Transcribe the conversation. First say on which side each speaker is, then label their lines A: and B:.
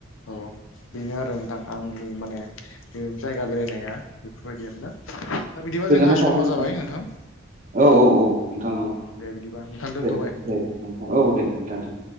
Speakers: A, on the left; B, on the right.
A: औ बेनो आरो नोंथां आंनि माने बे जायगा बेरायनाया बेफोरबायदि आरोना दा बिदिबा
B: गोजोननाय
A: जोंहा
B: थाबाय
A: समा जाबाय नोंथां।
B: औ औ औ नोंथां औ
A: दे बिदिबा नोंथां दोनथ'बाय
B: दे दे औ दे नोंथां दे।